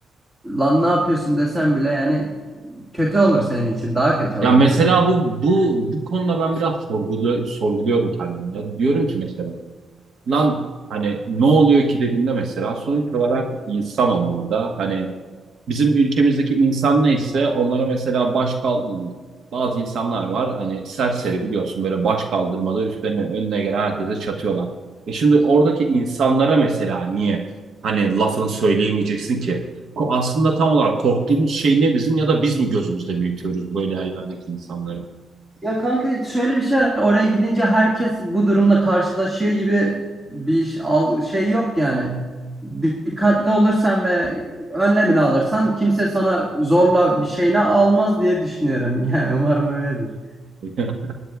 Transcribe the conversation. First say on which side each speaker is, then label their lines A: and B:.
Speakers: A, on the right; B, on the right.
A: lan ne yapıyorsun desen bile yani kötü olur senin için daha kötü olur
B: Ya mesela
A: diyor.
B: bu bu bu konuda ben biraz sorgulu, sorguluyorum kendimi. Ya diyorum ki mesela lan hani ne oluyor ki dediğinde mesela sonuç olarak insan onlarda hani bizim ülkemizdeki insan neyse onlara mesela baş kaldırmıyor. Bazı insanlar var hani serseri biliyorsun böyle baş kaldırmada üstlerine önüne gelen herkese çatıyorlar. E şimdi oradaki insanlara mesela niye hani lafını söyleyemeyeceksin ki? Ko- Aslında tam olarak korktuğumuz şey ne bizim ya da biz mi gözümüzde büyütüyoruz böyle yerlerdeki insanları?
A: Ya kanka şöyle bir şey var. Oraya gidince herkes bu durumla karşılaşıyor gibi bir şey, al- şey yok yani. Dikkatli olursan ve önlemini alırsan kimse sana zorla bir şeyini almaz diye düşünüyorum. <laughs> Yani umarım öyledir.
B: <laughs>